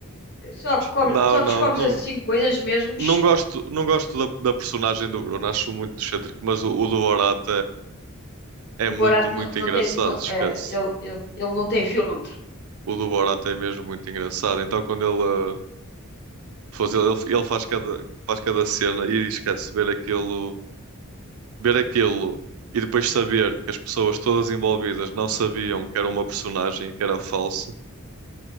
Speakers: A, on the left; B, on the right.
A: Só, cobre-
B: Não,
A: só
B: não,
A: descobres
B: não,
A: assim coisas mesmo.
B: Não
A: sh-
B: gosto, não gosto da, da personagem do Bruno, acho muito excêntrico, mas o, o do Borat é, é
A: O
B: muito,
A: Borato
B: muito
A: não, não
B: engraçado,
A: tem. não-
B: esquece.
A: é, ele, ele, ele não tem filtro.
B: O do Borat é mesmo muito engraçado. Então, quando ele, uh, faz, ele, ele faz cada, faz cada cena e esquece ver aquilo, ver aquilo e depois saber que as pessoas todas envolvidas não sabiam que era uma personagem e que era falso,